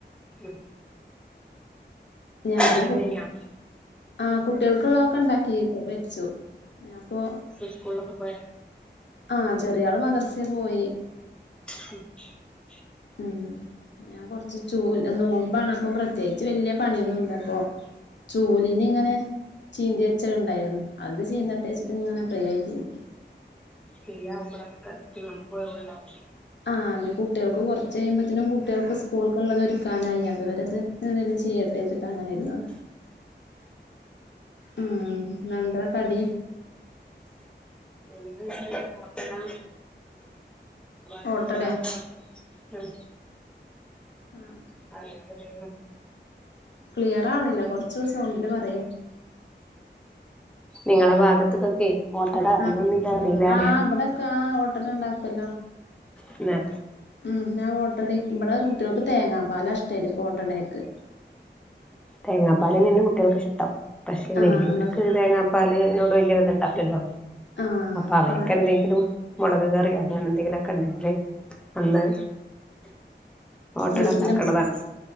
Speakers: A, in the centre; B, on the left (about 70°).
A: ഉം
B: ഞാനും
A: <inaudible>
B: കു
A: കഴിഞ്ഞ
B: ആഹ് കുട്ടികൾക്ക്ള്ളതൊക്കെ ഉണ്ടാക്കി ഇപ്പൊ വെച്ചു ഞാപ്പൊ
A: ഇസ്കൂളക്ക് പോയ
B: ആഹ് ചെറിയാള് മദർസെ പോയി
A: ഉം
B: ഉം ഞാൻ കൊറച്ച് ചുല് നോമ്പണ് അപ്പൊ വ്ർ പ്രത്യേകിച്ച് വല്യ പണിയൊന്നുഇല്ല അപ്പൊ ചൂലിന് ഇങ്ങനെ ചീന്തി വെച്ചത് ഉണ്ടായിരുന്നു. അത് ചീന്തട്ടെ വെച്ചിട്ടിങ്ങനെ ഫ്രീ ആയിട്ടിരിക്കു
A: ശരിയാമ്പളണ് കറക്റ്റ് നമുക്ക്‌ ഉള്ളത് പോലാവില്ലേ
B: ആഹ് ഇനി കുട്ടികൾക്ക് കുറച്ച് കഴിമ്പോത്തനും കുട്ടികൾക്ക് സ്കൂൾക്കുള്ളത് ഒരു ക്കാനായി അതുവരെ ഇത് എന്തെലും ചെയ്യട്ടേവെച്ചിട്ട് അങ്ങനെ ഇരുന്നത് ഉം ഇന്നെന്താ കടി
A: എന്ത്‌ <unintelligible> പോട്ടന്ന് <unintelligible>
B: ഓട്ടടെ
A: ഉം
B: ആഹ്
A: അല്ലാതെ
B: ക്ലിയറാവണില്ല കുറച്ച് സൗണ്ടില് പറയോ
A: നിങ്ങളെ ഭാഗത്തക്കൊക്കെ ഓട്ടട അറിവന്നിട്ട
B: ആഹ്
A: അറില്ലേ
B: ആഹ്
A: അറിയാം
B: ഇബടൊക്കെ ആഹ് ഓട്ടട ഉണ്ടാക്കുവല്ലോ
A: തന്നെ
B: ഉം ഞാൻ ഓട്ടട ഇവട കുട്ടികൾക്ക് തേങ്ങാ പാല ഇഷ്ടം അതിൽക്ക് ഓട്ടടക്ക്.
A: തേങ്ങാപ്പാല ന്നെ കുട്ടികൾക്ക് ഇഷ്ടം പക്ഷെ
B: ആഹ്
A: വല്യോർക്ക്
B: ഇങ്ങള്
A: തേങ്ങാ പാലനോട് വലിയ ഇത് ഉണ്ടാകില്ലല്ലോ
B: ആഹ്
A: അപ്പൊ അവർക്കെന്തേങ്കിലും
B: അവൾ
A: മുളക് കറിയോ അങ്ങനെന്തെങ്കിലുമൊക്കെ ഉണ്ടെങ്കില് അന്ന് ഓട്ടട
B: വീട്ടിലും
A: ഉണ്ടാക്കണതാണ്